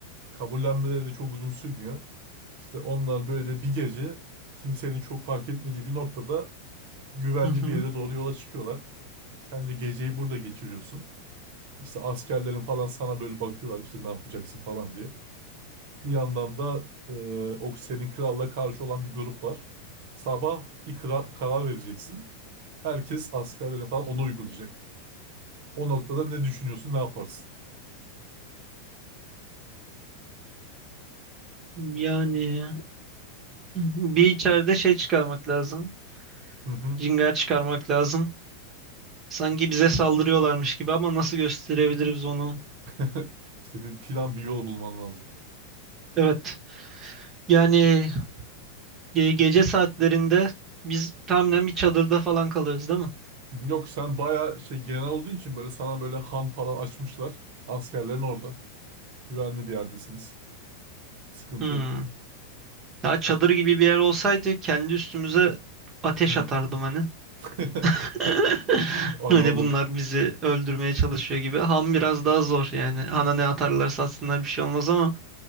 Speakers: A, on the right; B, on the right.
A: kabullenmeleri de çok uzun sürmüyor. İşte onlar böyle bir gece kimsenin çok fark etmediği bir noktada güvenli
B: Hı hı.
A: bir yere doğru yola çıkıyorlar. Sen de geceyi burada geçiriyorsun. İşte askerlerin falan sana böyle bakıyorlar işte ne yapacaksın falan diye. Bir yandan da e, o senin kralla karşı olan bir grup var. Sabah bir kra- karar vereceksin. Herkes askerlerin falan onu uygulayacak. O noktada ne düşünüyorsun, ne yaparsın?
B: Yani Bir içeride şey çıkarmak lazım.
A: Hı hı.
B: Cingar çıkarmak lazım. Sanki bize saldırıyorlarmış gibi ama nasıl gösterebiliriz onu?
A: <laughs> İşte bir plan, bir yol bulman lazım.
B: Evet. Yani ge- gece saatlerinde biz tahminen bir çadırda falan kalırız değil mi?
A: Yok sen bayağı şey genel olduğu için böyle sana böyle han falan açmışlar. Askerlerin orada. Güvenli bir yerdesiniz. Sıkıntı
B: Hmm.
A: yok.
B: Ya çadır gibi bir yer olsaydı kendi üstümüze ateş
A: Hı.
B: atardım hani.
A: <laughs>
B: <laughs>
A: Anladım.
B: Hani bunlar bizi öldürmeye çalışıyor gibi. Ham biraz daha zor yani. Hana ne atarlarsa atsınlar bir şey olmaz ama